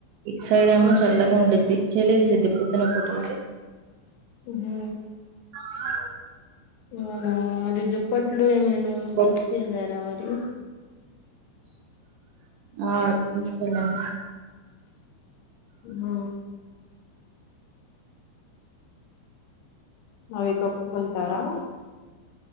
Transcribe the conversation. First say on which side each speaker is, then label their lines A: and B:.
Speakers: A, on the right (about 80°); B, on the left (about 85°).
A: ఇట్ సైడ్ ఏమో
B: ఉమ్
A: చల్లగా ఉండిద్ది చలేసేద్ది పొద్దున పూట ఆ
B: హు
A: ఆ
B: అవునా మళీ దుప్పట్లు ఏమైనా ఆమ్
A: కొబ్-
B: తీసుకెళ్లారా మరి
A: ఆ తీస్కెళ్ళాం
B: హ అవి కప్పుకుంటారా